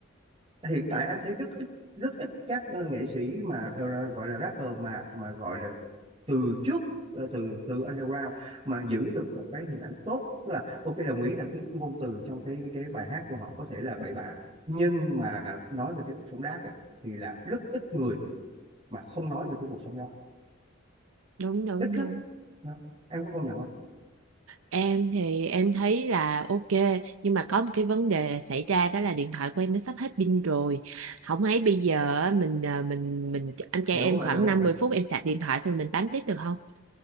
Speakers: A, on the right (about 25°); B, on the right (about 90°).
A: hiện tại anh thấy rất ít rất ít các ờ, nghệ sĩ mà ờ, gọi là rapper mà mà gọi là từ trước ờ, từ từ underground mà giữ được một cái hình ảnh tốt tức là ok đồng ý là cái ngôn từ trong cái cái, cái bài hát của họ có thể là bậy bạ nhưng mà nói về cái cuộc sống đáp á, thì là rất ít người mà không nói về cái cuộc sống đó
B: đúng đúng
A: ít
B: đúng
A: lắm đó. em có công nhận không
B: Em thì em thấy là ok nhưng mà có một cái vấn đề xảy ra đó là điện thoại của em nó sắp hết pin rồi. Không ấy bây giờ á, mình à, mình mình anh trai
A: lố
B: em
A: hả
B: khoảng
A: lố
B: 50
A: hả
B: phút em sạc điện thoại xong mình tám tiếp được không?